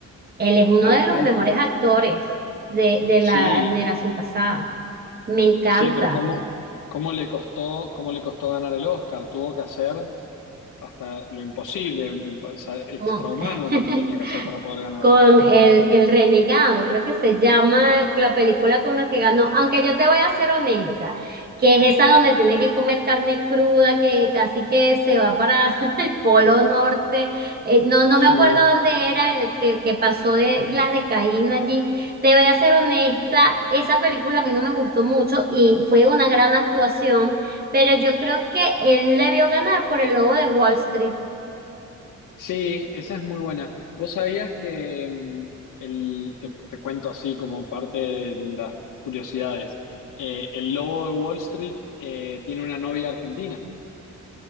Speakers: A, on the right; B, on the left.
A: Él es uno
B: hay-
A: de los
B: hay-
A: mejores actores de, de
B: sí.
A: la generación pasada. Me encanta.
B: Sí, pero ¿cómo, cómo le costó, cómo le costó ganar el Oscar? Tuvo que hacer hasta lo imposible, o sea, extrahumano
A: Como, <laughs>
B: lo que tenía que hacer para poder ganarlo.
A: con el, el renegado, creo que se llama la película con la que ganó, aunque yo te voy a ser honesta, que es esa donde tiene que comer carne cruda, que casi que se va para <laughs> el polo norte, Eh, no, no
B: Sí,
A: me acuerdo dónde era, eh, que, que pasó de las de Caín allí, te voy a ser honesta, esa película a mí no me gustó mucho y fue una gran actuación, pero yo creo que él debió ganar por el lobo de Wall Street
B: sí, esa es muy buena. ¿Vos sabías que mm, el, te, te cuento así como parte de las curiosidades? Eh, el lobo de Wall Street eh, tiene una novia argentina,